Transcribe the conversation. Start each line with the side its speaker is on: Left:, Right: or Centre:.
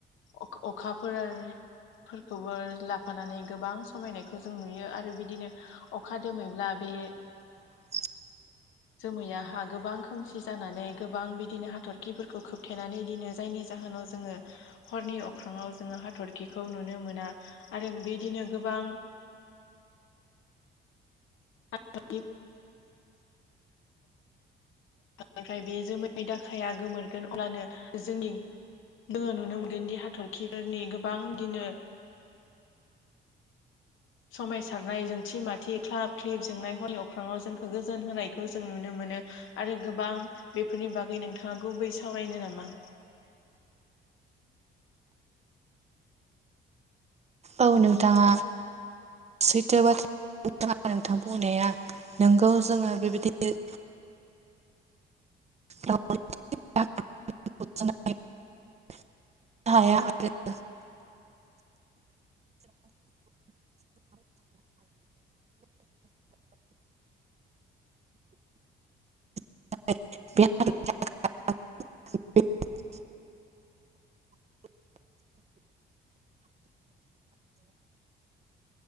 Left: अक अखाफोर फोरखौबो लाफानानै गोबां समायनायखौ जों नुयो आरो बिदिनो अखा दोमैब्ला बे
Right: <inaudible>
Left: जोमैया हा गोबां खोमसि जानानै गोबां बिदिनो हाथर्खिफोरखौ खोबथेनानै इदिनो जायनि जाहोनाव जोङो हरनि अख्रङाव जोङो हाथर्खिखौ नुनो मोना आरो बिदिनो गोबां <unintelligible> निफ्राय बे जोमै दाखाया गोमोरगोन अब्लानो जोंनि जोङो नुनो मोनगोन दि हा हाथर्खिफोरनि गोबां इदिनो समाय सारनाय जोंथि माथि ख्लाब ख्लोब जोंनाय हरनि अख्राङाव जोंखौ गोजोन होनायखौ जों नुनो मोनो। आरो गोबां बेफोरनि बागै नोंथाङा गुबै सावरायनो नामा?
Right: औ नोंथाङा सैथो बाथ्रा <unintelligible> नोंथां बुंनाया नोंगौ जोङो बेबायदि <unintelligible> हाया आरो <unintelligible>